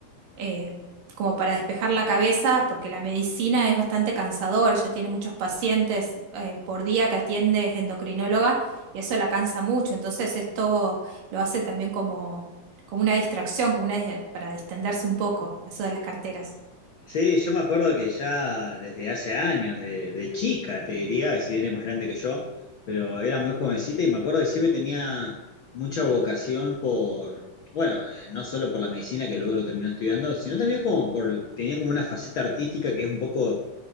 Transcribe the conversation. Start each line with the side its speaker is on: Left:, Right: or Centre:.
Right: eh, como para despejar la cabeza, porque la medicina es bastante cansador, ya tiene muchos pacientes eh, por día que atiende es endocrinóloga y eso la cansa mucho, entonces esto lo hace también como, como una distracción, como una, para distenderse un poco, eso de las carteras.
Left: Sí, yo me acuerdo que ya desde hace años, de, de chica, te diría, si eres más grande que yo, pero era muy jovencita y me acuerdo que siempre tenía mucha vocación por, bueno, eh, no solo por la medicina, que luego lo terminé estudiando, sino también como por, tenía como una faceta artística que es un poco